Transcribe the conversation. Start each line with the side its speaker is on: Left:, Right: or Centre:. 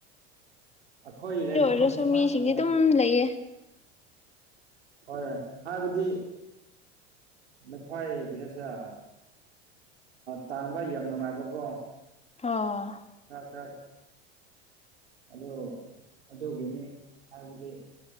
Right: ꯑꯩꯈꯣꯏ ꯂꯩꯐꯝꯗ
Left: ꯑꯣꯏꯣꯏꯔꯁꯨ
Right: ꯁꯨꯃꯥꯏꯅꯁꯨ
Left: ꯃꯤꯁꯤꯡꯗꯤ
Right: ꯂꯩꯕꯅꯤꯗ
Left: ꯑꯗꯨꯝ ꯂꯩꯌꯦ
Right: ꯍꯣꯏ ꯍꯥꯏꯕꯗꯤ ꯅꯈꯣꯏ ꯀꯩꯅꯁꯦ ꯑ ꯇꯥꯡꯥꯟꯕ ꯑꯩ ꯌꯥꯝ ꯅꯨꯡꯉꯥꯏꯕꯀꯣ
Left: ꯑꯥ
Right: ꯈꯔ ꯈꯔ ꯑꯗꯨ ꯑꯗꯨꯒꯤꯅꯤ ꯍꯥꯏꯕꯗꯤ